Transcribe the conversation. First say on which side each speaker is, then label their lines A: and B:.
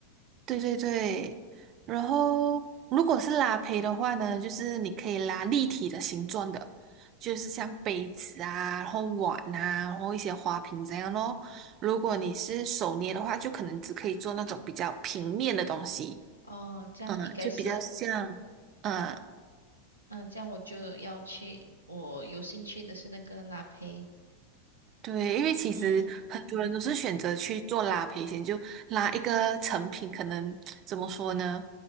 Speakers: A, on the right; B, on the right.
A: 对对对，然后如果是拉胚的话呢，就是你可以拉立体的形状的，就是像杯子啊，然后碗啊，然后一些花瓶这样咯。如果你是手捏的话，就可能只可以做那种比较平面的东西，
B: 哦，这样应该是
A: 嗯，就比较像，嗯。
B: 嗯、这样我就要去，我有兴趣的是那个拉胚。
A: 对，因为其实很多人都是选择去做拉赔险，
B: 嗯
A: 就拉一个成品，可能怎么说呢？